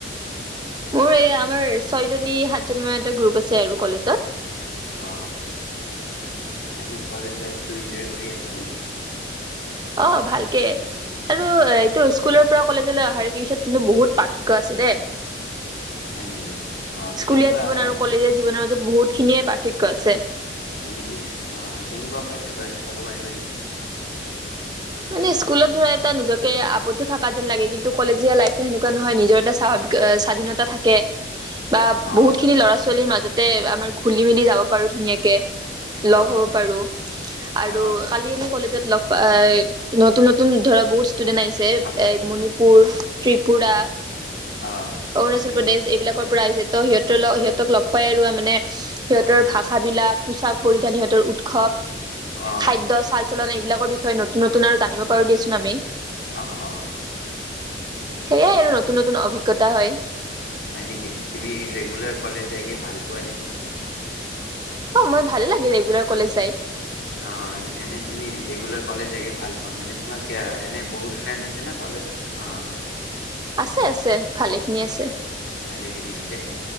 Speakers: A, on the right; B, on the left.
A: মোৰ এই আমাৰ ছয়জনী সাতজনী মান এটা গ্ৰুপ আছে আৰু কলেজত।
B: অ, এনে কলেজ লাইফটো এনজয় কৰি আছা নে?
A: অঁ ভালকে। আৰু এইটো স্কুলৰ পৰা কলেজলৈ অহাৰ পিছত কিন্তু বহুত পাৰ্থক্য আছে দেই।
B: হয় নেকি, অ
A: স্কুলীয়া
B: কেনেকুৱা
A: জীৱন
B: মানে?
A: আৰু কলেজীয়া জীৱনৰ মাজত বহুত খিনিয়ে পাৰ্থক্য আছে।
B: হয় নেকি? অঁ কেনেকুৱা পাৰ্থক্য আছে ক'ব পাৰিবা নেকি?
A: মানে
B: এনে
A: স্কুলত ধৰা- এটা নিজকে আৱদ্ধ থকা যেন লাগে, কিন্তু কলেজীয়া লাইফটো সেনেকুৱা নহয় নিজৰ এটা স্বাভাৱিক স্বাধীনতা থাকে। বা
B: অ',
A: বহুত খিনি লৰা ছোৱালীৰ মাজতে আমাৰ ঘুলি মেলি যাব পাৰো ধুনীয়াকে।
B: অ',
A: লগ হ'ব পাৰো, আৰু
B: অ',
A: কালি আমি কলেজত লগ পাই- নতুন নতুন ধৰা বহুত ষ্টুডেন্ট আহিছে,
B: হয়।
A: এ মণিপুৰ- ত্ৰিপুৰা,
B: অ',
A: অৰুণাচল
B: হয় নেকি?
A: প্ৰদেশ এইবিলাকৰ পৰা আহিছে। ত সিহঁতৰ লগ সিহঁতক লগ পাই আৰু মানে- সিহঁতৰ ভাষা বিলাক, পোচাক পৰিধান, সিহঁতৰ উৎসৱ-
B: অ',
A: খাদ্য, চাল-চলন এইবিলাকৰ বিষয়ে নতুন নতুন আৰু জানিব পাৰো দিয়াচোন আমি।
B: অঁ অঁ'
A: সেইয়াই আৰু নতুন নতুন অভিজ্ঞতা হয়।
B: হয় নেকি, তুমি ৰেগুলাৰ কলেজ যায়গে ভাল পোৱা নে?
A: অ' মই ভালে লাগে ৰেগুলাৰ কলেজ যাই।
B: অঁ এনেই তুমি ৰেগুলাৰ কলেজ গৈ ভাল পোৱা, মানে তোমাৰ এনে বহুত ফ্ৰেণ্ড আছে নে কলেজত? অঁহ'
A: আছে আছে, ভালেখিনি আছে।
B: ভালেখিনি আছে?